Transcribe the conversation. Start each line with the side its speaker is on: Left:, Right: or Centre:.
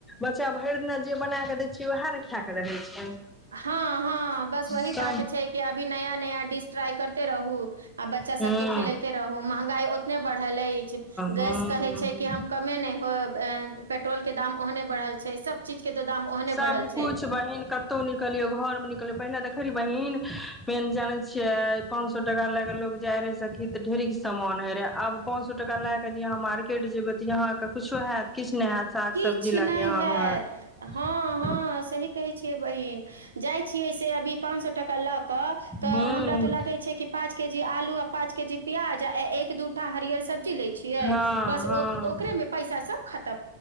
Centre: बच्चा भरि दिना जे बनााकऽ दै छियै वएह ने खाएाकऽ रहै छै।
Right: हँ हँ बस वही
Centre: सब
Right: बात छै। अभी नया नया डिश ट्राई करे रहु आ बच्चा सब
Centre: हूँ
Right: के खिलेते रहु। महंगाइत। ने बढ़ल अछि गैस
Centre: हूँ
Right: कहै छै कि हम कमे नहि हो। पेट्रोल के दाम ओहने बढ़ल छै सब चीज। के तऽ दाम ओहने
Centre: सबकुछ
Right: बढ़ल छै
Centre: बहिन कतौ न। कलियो घर मे नलो। देख रे बहिीन मेन जाने छिये पांच सए टका ले के लोग जाय रहे सखी त ढेरिक स समान हे रहे आब पां स टका ल के ज यहा मार्केट जेयबे त यहां के कुछो हत किछ। इछने हयत साग
Right: किछु
Centre: सब्जी लएके
Right: नहि
Centre: यहााँ
Right: हैत
Centre: घर।
Right: हँ हँ सही कहै छियै बहिन जाइ छियै से अभी। पाँ सए टक लाख। तऽ
Centre: हूँ
Right: हमरा तऽ लागे छै कि पाँच केजी आलू पाँच। के जी प्याज आ एक दूठा हरियर सब्जी लै छै।
Centre: हँ
Right: बस
Centre: हँ
Right: ओ मे पैसा सब खत।